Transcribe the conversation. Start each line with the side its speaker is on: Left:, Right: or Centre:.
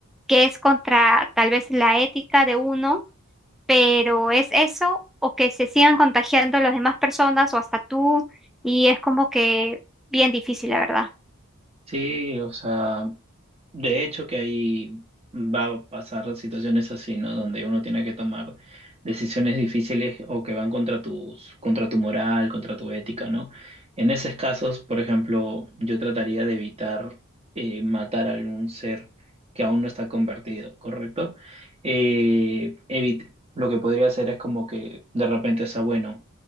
Centre: que es contra tal vez la ética de uno, pero es eso o que se sigan contagiando las demás personas o hasta tú y es como que bien difícil, la verdad.
Right: Sí, o sea. De hecho, que ahí va a pasar situaciones así, ¿no? Donde uno tiene que tomar decisiones difíciles o que van contra tus, contra tu moral, contra tu ética, ¿no? En esos casos, por ejemplo, yo trataría de evitar eh, matar a algún ser que aún no está convertido, ¿correcto? Eh, evit- lo que podría hacer es como que de repente, o sea, bueno,